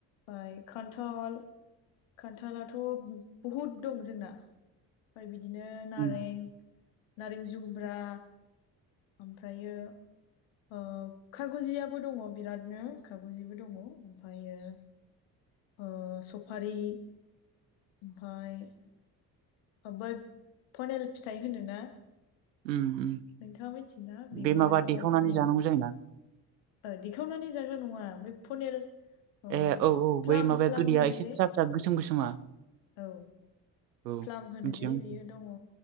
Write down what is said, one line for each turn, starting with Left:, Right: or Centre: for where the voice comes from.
Left: फाय खान्थाल खान्थालाथ' बहुद दं जोंना। ओमफ्राय बिदिनो नारें
Right: उम
Left: नारें जुमब्रा ओमफ्रायो ओ खागुजियाबो दङ बिरादनो खागुजिबो दङ ओमफायो ओ सफारि ओमफाय ओ बै पनेल फिथाइ होनो ना
Right: उम। उम
Left: नोंथाङा मिनथियोना बेबो
Right: बे माबा
Left: दङ
Right: देखावनानै
Left: पनिल।
Right: जानांगौ जायोना
Left: ओ दिखावनानै जाग्रा नङा बे फनेल अ
Right: ए औ औ
Left: प्लाम
Right: बै माबाया
Left: प्लाम
Right: गोदैया
Left: होनो
Right: एसे
Left: जे
Right: फिसा फिसा गोसोम गोसोमा
Left: औ।
Right: औ
Left: फ्लाम होनो
Right: मिथियो
Left: जे
Right: मिथियो
Left: बियो दङ।